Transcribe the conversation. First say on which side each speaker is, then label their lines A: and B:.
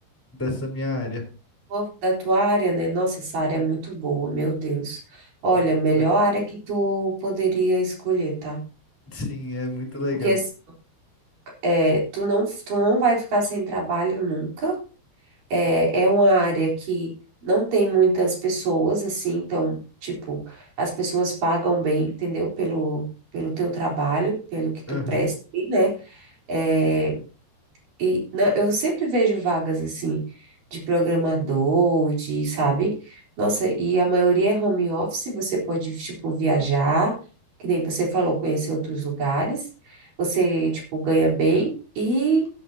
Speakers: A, in the centre; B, on the right.
A: dessa minha área.
B: Pô, Da tua área, né? Nossa, essa área
A: Uhum.
B: é muito boa, meu Deus. Olha,
A: É muito
B: melhor
A: legal.
B: área que tu poderia escolher, tá?
A: Sim, é muito legal.
B: Porque assim, é, tu não, tu não vai ficar sem trabalho nunca. É, é uma área que não tem muitas pessoas, assim, então, tipo, as pessoas pagam bem, entendeu? Pelo, pelo teu trabalho, pelo que tu
A: Aham.
B: presta, né? É, e na- eu sempre vejo vagas assim de programador, de, sabe? Nossa, e a maioria é home office, você pode, tipo, viajar, que nem você falou, conhecer outros lugares, você, tipo, ganha bem e